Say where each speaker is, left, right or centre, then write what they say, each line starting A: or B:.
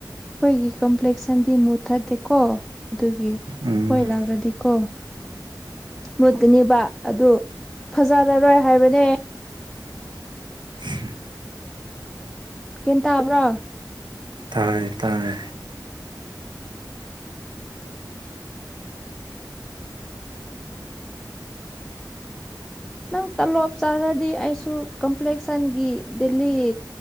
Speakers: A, in the centre; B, on the right (about 75°).
A: ꯑꯩꯈꯣꯏꯒꯤ ꯀꯝꯄ꯭ꯂꯦꯛꯁꯟꯗꯤ ꯃꯨꯊꯠꯇꯦꯀꯣ ꯑꯗꯨꯒꯤ
B: ꯎꯝ
A: ꯍꯣꯏ ꯂꯥꯛꯔꯗꯤꯀꯣ ꯃꯨꯠꯀꯅꯦꯕ ꯑꯗꯨ ꯐꯖꯔꯔꯣꯏ ꯍꯥꯏꯕꯅꯦ
B: <inaudible>
A: ꯒ꯭ꯌꯥꯟ ꯇꯕ꯭ꯔꯥ
B: ꯇꯥꯔꯦ ꯇꯥꯔꯦ
A: ꯅꯪ ꯇꯂꯣꯞ ꯆꯥꯔꯗꯤ ꯑꯩꯁꯨ ꯀꯝꯄ꯭ꯂꯦꯛꯁꯟꯒꯤ ꯗꯤꯜ ꯂꯤ